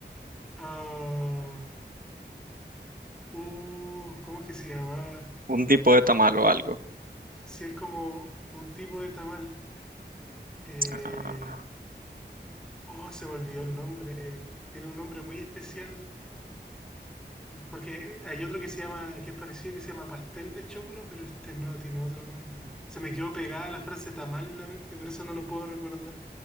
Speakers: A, in the centre; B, on the right.
A: Ah, uh, ¿cómo es que se llamaba?
B: Un tipo de tamal o algo.
A: Si es como un tipo de tamal. Eh,
B: Ah,
A: oh, se me olvidó el nombre. Tiene un nombre muy especial. Porque hay otro que se llama, que es parecido, que se llama pastel de choclo, pero este no tiene otro nombre. Se me quedó pegada la frase tamal en la mente, por eso no lo puedo recordar.